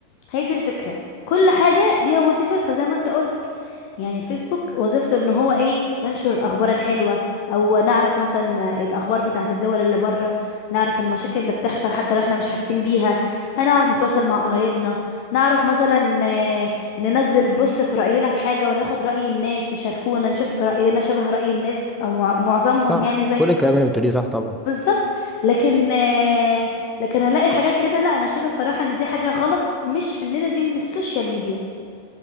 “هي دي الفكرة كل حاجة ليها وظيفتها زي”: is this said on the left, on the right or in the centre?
Left